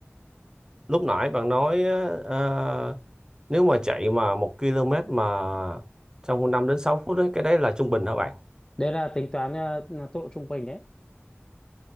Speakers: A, on the right; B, on the left.
A: Lúc nãy bạn nói ờ, nếu mà chạy mà một km mà trong 5 đến 6 phút ấy, cái đấy là trung bình hả bạn?
B: đấy là tính toán ờ, tốc độ trung bình đấy